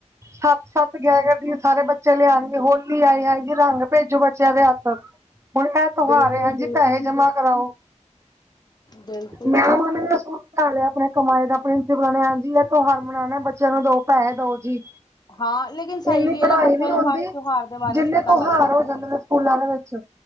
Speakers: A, on the right (about 20°); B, on the left (about 35°).
A: ਸੱਤ- ਸੱਤ ਗਿਆ
B: ਬਿਲਕੁਲ
A: ਕਰਦੀ ਸਾਰੇ ਬੱਚੇ ਚਲੇ ਆਣਗੇ ਹੋਲੀ ਆਈ ਏ, ਜੀ ਰੰਗ ਭੇਜੋ ਬੱਚਿਆਂ ਦੇ ਹੱਥ। ਹੁਣ ਏ ਤਿਓਹਾਰ
B: ਬਿਲਕੁਲ
A: ਆ ਜੀ,
B: ਬਿਲਕੁਲ
A: ਪੈਸੇ ਜਮਾ ਕਰਾਓ।
B: ਬਿਲਕੁਲ
A: ਮੈਡਮ ਨੇ ਏ ਅਸੂਲ ਬਣਾ ਲਿਆ, ਆਪਣੀ ਕਮਾਈ ਦਾ ਪ੍ਰਿੰਸੀਪਲ ਨੇ ਹਾਂਜੀ ਇਹ ਤਿਉਹਾਰ ਮਨਾਉਣਾ ਬੱਚਿਆਂ ਨੂੰ ਦੋ ਪੈਸੇ ਦੋ ਜੀ।
B: ਹਾਂ ਲੇਕਿਨ ਸਹੀ
A: ਇੰਨੀ
B: ਵੀ
A: ਪੜ੍ਹਾਈ
B: ਹੈ ਨਾ ਬੱਚਿਆਂ
A: ਨਹੀਂ ਹੁੰਦੀ,
B: ਨੂੰ ਹਰ ਤਿਉਹਾਰ ਦੇ ਬਾਰੇ
A: ਜਿੰਨੇ
B: ਚ ਪਤਾ
A: ਤਿਉਹਾਰ
B: ਲੱਗ ਜਾਂਦਾ।
A: ਹੋ ਜਾਂਦੇ ਨੇ ਸਕੂਲਾਂ ਦੇ ਵਿੱਚ।